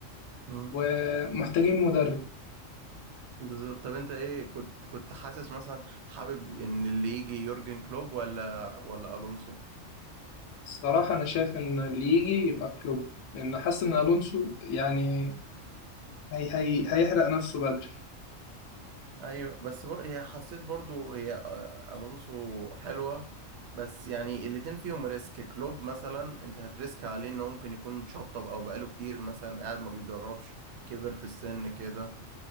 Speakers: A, on the right; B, on the left.
A: امم
B: ومحتاجين مدرب
A: بالظبط طب انت ايه كنت كنت حاسس مثلا حابب ان اللي يجي يورجن كلوب ولا ولا الونسو
B: الصراحة أنا شايف إن اللي يجي يبقى كلوب لأن حاسس إن ألونسو يعني هي... هي... هيحرق نفسه بدري
A: ايوه بس بر... هي حسيت برضو هي آه، الونسو حلوه بس يعني الاتنين فيهم ريسك كلوب مثلا انت هتريسك عليه انه ممكن يكون شطب او بقاله كتير مثلا قاعد ما بيدربش كبر في السن كده